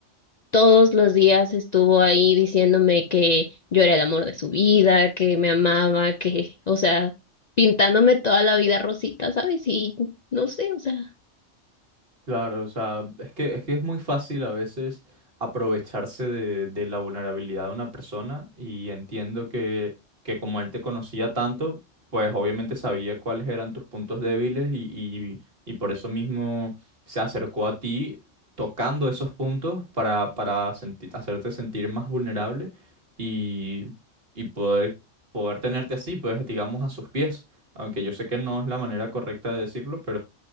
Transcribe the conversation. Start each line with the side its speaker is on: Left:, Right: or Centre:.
Left: todos los días estuvo ahí diciéndome que yo era el amor de su vida, que me amaba, que, o sea, pintándome toda la vida rosita, ¿sabes? Y no sé, o sea,
Right: Claro, o sea, es que, es que es muy fácil a veces aprovecharse de, de la vulnerabilidad de una persona y entiendo que, que como él te conocía tanto, pues obviamente sabía cuáles eran tus puntos débiles y, y- y por eso mismo se acercó a ti tocando esos puntos para, para senti- hacerte sentir más vulnerable y, y poder, poder tenerte así, pues digamos a sus pies, aunque yo sé que no es la manera correcta de decirlo,